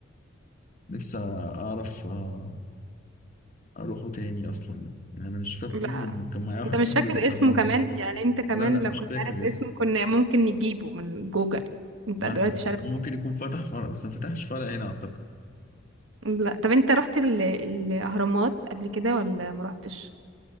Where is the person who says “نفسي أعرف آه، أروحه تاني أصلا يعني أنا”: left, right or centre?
Left